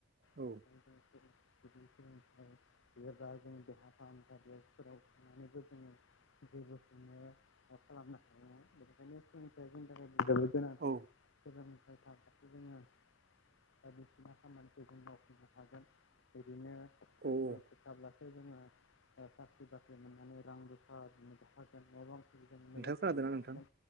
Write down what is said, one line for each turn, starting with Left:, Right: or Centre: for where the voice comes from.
Right: औ
Left: बेनिफ्राय जों <unintelligible> <inaudible> <inaudible> <unintelligible>
Right: औ
Left: <inaudible>
Right: औ
Left: <inaudible> मोजां
Right: नोंथां
Left: खालामनो
Right: खोनादों ना नोंथां?
Left: हागोन